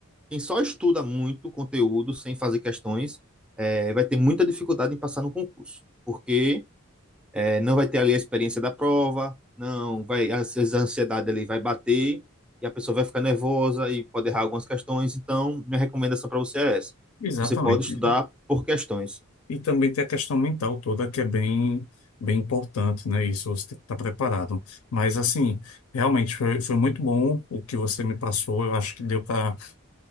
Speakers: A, in the centre; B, on the left (about 85°).
A: quem só estuda muito conteúdo sem fazer questões, é, vai ter muita dificuldade em passar no concurso, porque é, não vai ter ali a experiência da prova, não vai, às vezes a ansiedade ali vai bater e a pessoa vai ficar nervosa e pode errar algumas questões. Então, minha recomendação para você é essa.
B: Exatamente.
A: Você pode estudar por questões.
B: E também tem a questão mental toda que é bem, bem importante, né? Isso você tem que estar preparado. Mas, assim, realmente foi, foi muito bom o que você me passou. Eu acho que deu para,